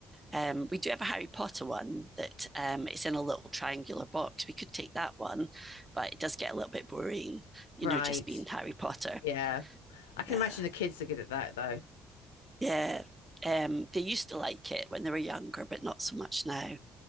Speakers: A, on the right (about 15°); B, on the left (about 75°).
A: Um, we do have a Harry Potter one that um, it's in a little triangular box. We could take that one, but it does get a little bit boring, you
B: Right.
A: know, just being Harry Potter.
B: Yeah. I can
A: Yeah.
B: imagine the kids are good at that though.
A: Yeah. Um, they used to like it when they were younger, but not so much now.